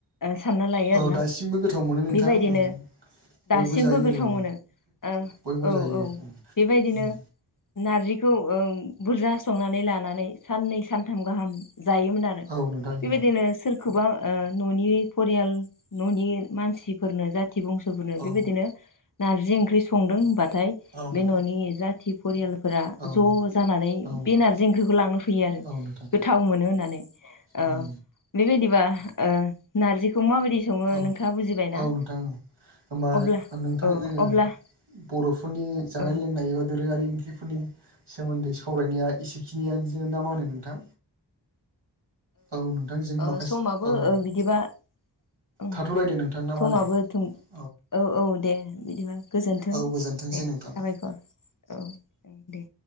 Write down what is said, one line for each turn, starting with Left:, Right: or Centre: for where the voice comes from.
Left: सानना ओ लायो
Right: औ
Left: आरोना
Right: दासिमबो गोथाव मोनो नोंथां
Left: बेबायदिनो।
Right: उम बयबो
Left: दासिमबो
Right: जायो
Left: गोथाव
Right: औ
Left: मोनो ओ
Right: बयबो
Left: औ
Right: जायो
Left: औ बेबायदिनो।
Right: उम
Left: नारजिखौ ओं बुरजा संनानै लानानै साननै सानथाम गाहाम जायोमोन आरो।
Right: औ नोंथां
Left: बेबायदिनो
Right: औ
Left: सोरखौबा ओ न'नि फरियाल न'नि मानसिफोरनो जा जाथि बंस'फोरनो
Right: औ
Left: बेबायदिनो नारजि ओंख्रि संदों होनबाथाय
Right: औ नोंथां
Left: बे न'नि जाथि। फरियालफोरा
Right: औ
Left: ज' जानानै
Right: औ
Left: बे नारजि ओंख्रिखौ लांनो फैयो आरो
Right: औ नोंथां
Left: गोथाव मोनो होननानै। ओ
Right: उम
Left: बेबायदिबा ओ नारजिखौ माबायदि। सङो
Right: औ औ
Left: नोंखााङा बुजिबायनाा
Right: नोंथां औ होमबा
Left: अब्ला
Right: नोंथां
Left: औ
Right: जोङो
Left: अब्ला।
Right: बर'फोरनि जानाय
Left: औ
Right: लोंनाय एबा दोरोङारि ओं फोरनि सोमोन्दै सावरायनाया एसेखिनियानो जङ ना मा होनो नोंथां। औ नोंथांजों
Left: ओ
Right: माखासे
Left: समाबो
Right: औ।
Left: ओ बिदिबा। ओं
Right: थाथ'लायदो नोंथां ना
Left: समाबो
Right: मा होनो।
Left: थुं औ औ दे बिदिबा गोजोन्थों
Right: औ गोजोनथोंसै
Left: दे
Right: नोंथां
Left: साबायखर। औ दे।